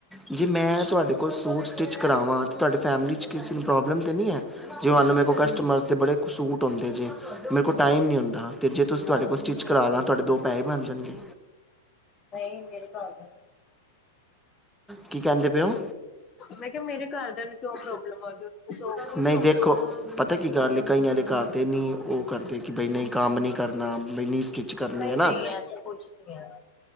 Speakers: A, in the centre; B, on the left.
A: ਜੇ ਮੈਂ ਤੁਹਾਡੇ ਕੋਲ ਸੂਟ ਸਟਿਚ ਕਰਾਵਾਂ ਤਾਂ ਤੁਹਾਡੀ ਫੈਮਿਲੀ 'ਚ ਕਿਸੇ ਨੂੰ ਪ੍ਰੋਬਲਮ ਤਾਂ ਨਹੀਂ ਐ। ਜੇ ਮੰਨ ਲ ਮੇਰੇ ਕੋਲ ਕਸਟਮਰ ਬੜੇ ਸੂਟ ਹੁੰਦੇ ਜੇ, ਮੇਰੇ ਕੋਲ ਟਾਈਮ ਨੀ ਹੁੰਦਾ ਤੇ ਜੇ ਤੁਸੀਂ ਤੁਹਾਡੇ ਕੋਲ ਸਟਿਚ ਕਰਾਲਾ, ਤੁਹਾਡੇ ਦੋ ਪੈਸੇ ਬਣ ਜਾਣਗੇ।
B: ਨਹੀਂ ਮੇਰੇ ਘਰ ਦੇ
A: ਕੀ ਕਹਿੰਦੇ ਪਏਓ।
B: ਮੈਂ ਕਿਹਾ ਮੇਰੇ ਘਰ ਦਿਆਂ ਨੂੰ ਕਿਉਂ ਪ੍ਰੋਬਲਮ ਆ ਗਈ ਸੋ ਖੁਸ਼
A: ਨਹੀਂ
B: ਹੋਣ
A: ਦੇਖੋ। ਪਤਾ ਕੀ ਗੱਲ ਏ ਕਈਆਂ ਦੇ ਘਰਦੇ ਨੀ ਉਹ ਕਰਦੇ ਕਿ ਬਈ ਨਹੀਂ ਕੰਮ ਨਈ ਕਰਨਾ। ਕਰਨੇ
B: ਨਹੀਂ
A: ਹੈ ਨਾ
B: -ਨਹੀਂ ਐਸੇ ਕੁਛ ਨਹੀਂ ਐ।